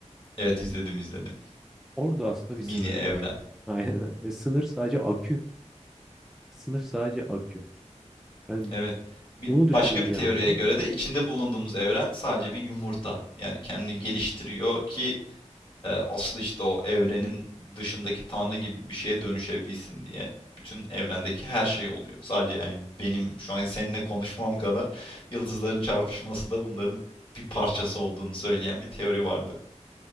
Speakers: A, on the left; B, in the centre.
A: Evet izledim izledim.
B: Orada aslında
A: Mini
B: bir sınır
A: evren.
B: var. <laughs> Aynen aynen. Ve sınır sadece akü. Sınır sadece akü. Yani
A: Evet. Bir,
B: onu
A: başka
B: düşündüm
A: bir
B: bir
A: teoriye
B: yandan.
A: göre de içinde bulunduğumuz evren sadece bir yumurta. Yani kendini geliştiriyor ki e, asıl işte o evrenin dışındaki tanrı gibi bir şeye dönüşebilsin diye bütün evrendeki her şey oluyor. Sadece yani benim şu an seninle konuşmam kadar yıldızların çarpışması da bunların bir parçası olduğunu söyleyen bir teori vardı.